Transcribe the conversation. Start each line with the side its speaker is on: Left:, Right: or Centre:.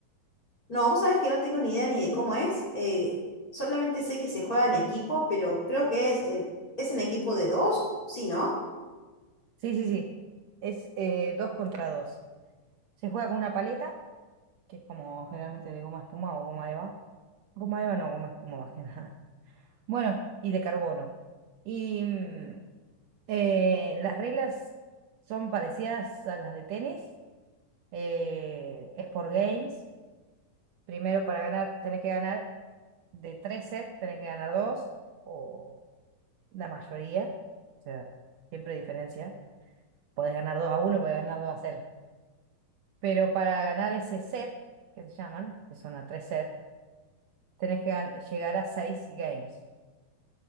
Left: No, vos sabés que no tengo ni idea ni de cómo es. eh, solamente sé que se juega en equipo, pero creo que es en, es en equipo de dos, ¿sí, no?
Right: Sí, sí, sí. Es eh, dos contra dos. Se juega con una paleta, que es como generalmente de goma espuma o goma eva. Goma eva no, goma espuma más que <laughs> nada. Bueno, y de carbono. Y mm, Eh, las reglas son parecidas a las de tenis. eh, es por games. Primero para ganar tenés que ganar de tres sets, tenés que ganar dos o la mayoría. O sea, siempre hay diferencia. Podés ganar dos a uno, podés ganar dos a cero. Pero para ganar ese set, que se llaman, que son a tres sets, tenés que gan- llegar a seis games.